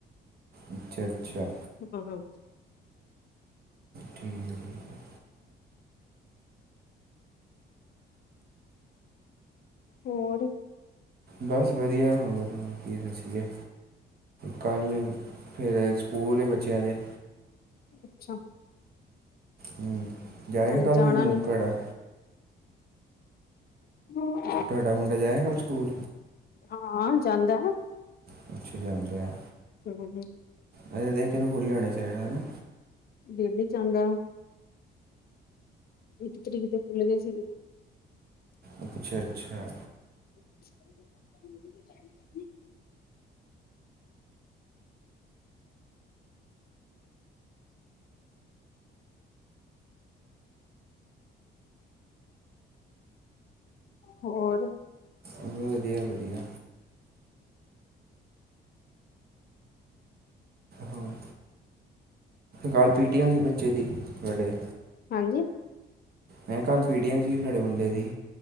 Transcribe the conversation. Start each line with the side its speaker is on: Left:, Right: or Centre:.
Right: ਅੱਛਾ ਅੱਛਾ।
Left: ਹੁਣ ਅਰ ਹਰ।
Right: ਠੀਕ ਹੈ।
Left: ਹੋਰ।
Right: ਬਸ ਵਧੀਆ, ਹੋਰ- ਹੋਰ ਕੀ ਦੱਸੀਏ। ਕੱਲ ਫਿਰ ਸਕੂਲ ਬੱਚਿਆਂ ਦੇ।
Left: ਅੱਛਾ।
Right: ਹੂੰ, ਜਾਏ
Left: ਨਾਲੇ
Right: ਕੱਲ
Left: ਜਾਣਾ
Right: ਫ਼ੇਰ ਮੂਨਕੇੜਾ।
Left: ਨੀ <inaudible>
Right: ਤੁਹਾਡਾ ਮੁੰਡਾ ਜਾਇਆ ਗਾ ਕੱਲ੍ਹ ਸਕੂਲ?
Left: ਹਾਂ-ਹਾ ਜਾਂਦਾ।
Right: ਕਿੱਥੇ ਜਾਂਦਾ ਐ।
Left: ਹੂੰ ਹੂੰ।
Right: ਐਵੇਂ ਦੇਖ ਕਿ ਖੁੱਲ੍ਹ ਜਾਣੇ ਚਾਹੀਦਾ ਹੈ ਨਾ।
Left: ਐ ਵੀ ਚੰਗਾ। ਇੱਕ ਤਰੀਕ ਤੇ ਖੁੱਲ ਗਏ ਸੀਗੇ।
Right: ਅੱਛਾ ਅੱਛਾ।
Left: <inaudible> ਹੋਰ
Right: ਉਹ ਵਧੀਆ ਵਧੀਆ। ਹੋਰ ਕੱਲ ਪੀਟੀਐਮ ਸੀ ਬੱਚੇ ਦੀ, ਵੱਡੇ
Left: ਹਾਂਜੀ।
Right: ਮੈਂ ਕੱਲ ਪੀਟੀਐਮ ਸੀ ਤੁਹਾਡੇ ਮੁੰਡੇ ਦੀ